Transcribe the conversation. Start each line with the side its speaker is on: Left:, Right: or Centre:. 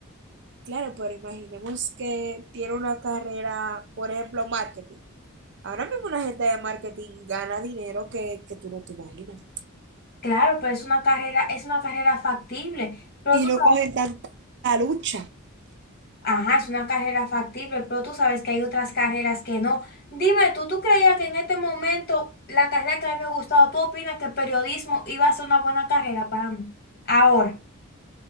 Right: Claro, pero imaginemos que tiene una carrera, por ejemplo, marketing. Ahora mismo una gente de marketing gana dinero que, que tú no te imaginas.
Left: Claro, pero es una carrera, es una carrera factible. Pero
Right: Y
Left: tú
Right: no
Left: sabes-
Right: cogen tanta lucha.
Left: ajá, es una carrera factible, pero tú sabes que hay otras carreras que no. Dime tú, ¿tú creías que en este momento la carrera que a mí me ha gustado, tú opinas que el periodismo iba a ser una buena carrera para mí? Ahora.